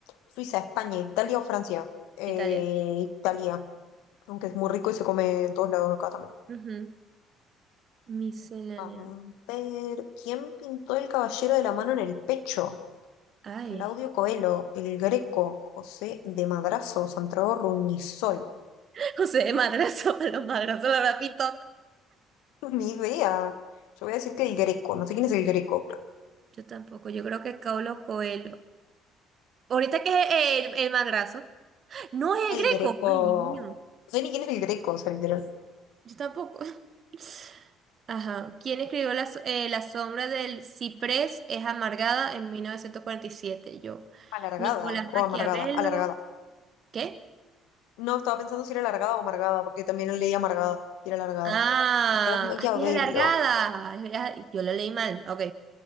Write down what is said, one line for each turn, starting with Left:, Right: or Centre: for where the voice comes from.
Left: Suiza, España, Italia o Francia. Eh,
Right: Italia.
Left: Italia. Aunque es muy rico y se come en todos lados acá también.
Right: Ujú. Miscelánea.
Left: A ver, ¿quién pintó el caballero de la mano en el pecho?
Right: Ay.
Left: Claudio Coelho, el Greco, José de Madrazo, Santiago Ruñizol.
Right: <laughs> José de Madrazo, <laughs> los madrazos la habrá pintado.
Left: no, Ni idea. Yo voy a decir que el Greco. No sé quién es el Greco, pero
Right: Yo tampoco, yo creo que es Paulo Coelho. Ahorita que es el, el madrazo. No es
Left: el
Right: el greco.
Left: Greco.
Right: Ay, Dios mío.
Left: No sé ni quién es el Greco, o sea, literal.
Right: Yo tampoco. <laughs> Ajá. ¿Quién escribió La, so- eh, La sombra del ciprés es amargada en 1947? Yo.
Left: Alargada
Right: Nicolás Maquiavelo.
Left: o amargada. Alargada.
Right: ¿Qué?
Left: No, estaba pensando si era alargada o amargada, porque también leí amargada y era alargada.
Right: Ah,
Left: Nicolás Maquiavelo.
Right: así es alargada. Ya- Yo lo leí mal. Ok.